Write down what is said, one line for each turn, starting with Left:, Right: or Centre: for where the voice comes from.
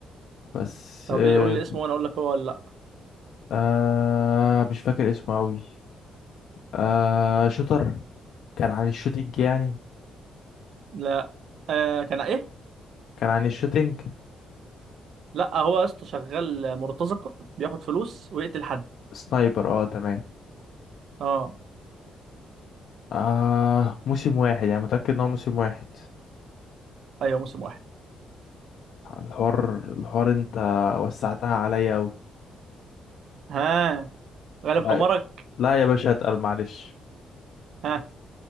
Left: بس
Right: طب
Left: آه,
Right: ايه قول لي اسمه وانا اقول لك هو ولا لا
Left: آه مش فاكر اسمه أوي آه شوتر كان عن الشوتينج يعني
Right: لا آه كان ايه
Left: كان عن الشوتينج
Right: لا هو يا اسطى شغال مرتزقه بياخد فلوس ويقتل حد
Left: سنايبر اه تمام
Right: اه
Left: آه موسم واحد يعني متأكد ان هو موسم واحد
Right: ايوه موسم واحد
Left: الحوار الحوار انت وسعتها عليا اوي
Right: ها غالب
Left: لا
Right: حمارك
Left: لا يا باشا اتقل معلش
Right: ها